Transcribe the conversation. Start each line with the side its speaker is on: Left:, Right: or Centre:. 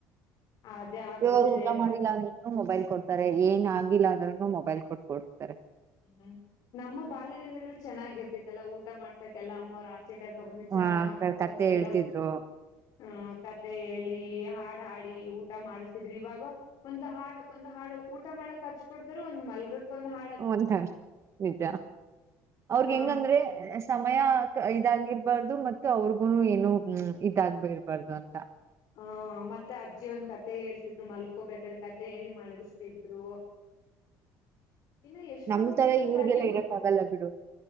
Left: ಅದೇ ಆಗ್ಬಿಟ್ಟಿದೆ
Right: ದೇವ್ರ್ ಊಟ
Left: ಎಲ್ಲಾರ
Right: ಮಾಡಿಲ್ಲ ಅಂದ್ರೂನು ಮೊಬೈಲ್ ಕೊಡ್ತಾರೆ ಏನ್ ಆಗಿಲ್ಲ ಅಂದ್ರುನು ಮೊಬೈಲ್ ಕೊಡ್ತಾರೆ. ಕೊರ್
Left: ಹ್ಮ್ ನಮ್ಮ ಬಾಲ್ಯ ದಿನಗಳಿ ಚೆನ್ನಾಗಿರ್ತಿತೆಲ್ಲಾ ಊಟ ಮಾಡ್ಸಾಕ್ ಎಲ್ಲ ಅಮ್ಮೂರ್ ಆ ಚೆ ಕರ್ಕೊ ಬಂದು ಚಂದಮ್ಮ
Right: ಹ
Left: ತೋರ್ಸೆಲ್ಲ
Right: ಕತೆ ಹೇಳ್ತಿದ್ರು
Left: ಆ ಕತೆ ಹೇಳಿ. ಹಾ ಹಾಡಿ ಊಟ ಮಾಡ್ತಿದ್ರು ಇವಾಗ ಒಂದ್ ಹಾಡು ಒಂದ್ ಹಾಡು ಊಟ ಮಾಡಕ್ ಹಚ್ ಕೊಡ್ತರು ಒಂದ್ ಮಲ್ಗಕ್ ಒಂದ್ ಹಾ
Right: ಒಂದಾರ್ ನಿಜ ಅವ್ರಗ್
Left: ಹ
Right: ಹೆಂಗಂದ್ರೆ ಸಮಯ. ಇದಾಗಿರ್ಬಾರ್ದು ಮತ್ತು ಅವ್ರಗುನು ಏನು ಇದಾಗ್ ಇರ್ಬಾರ್ದು ಅಂತ.
Left: ಹಾ ಮತ್ತೆ ಅಜ್ಜಿ ಒಂದ್ ಕತೆ ಹೇಳ್ತಿದ್ರು ಮಲ್ಕೋಬೇಕ್ರೆ ಕತೆ ಹೇಳಿ ಮಲಗಸ್ತಿದ್ರು. ಇನ್ನು ಎಷ್ಟೊಂದ್
Right: ನಮ್ ತರ
Left: ವಿಷ್ಯ
Right: ಇವ್ರಿಗೆಲ್ಲ
Left: ಕಲಿಬೋದು
Right: ಇರಕ್ ಆಗಲ್ಲ ಬಿಡು